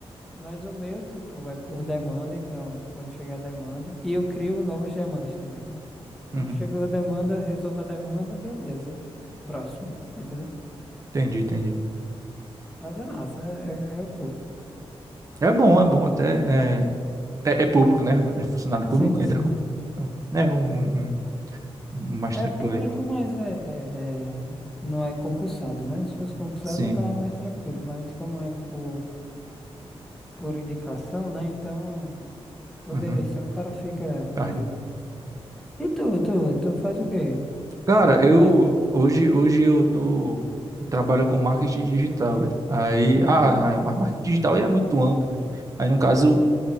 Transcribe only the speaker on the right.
Uhum.
Entendi, entendi.
É bom, é bom até. É, é, é público, né? É funcionário
público,
entra como. é, Né, um, um, um um mais
tranquilo
aí.
Sim.
Uhum.
Ah,
Cara,
eu
hoje, hoje eu tô trabalho com marketing digital, velho. Aí,
ah, mas marketing digital aí é muito amplo, né? Aí no caso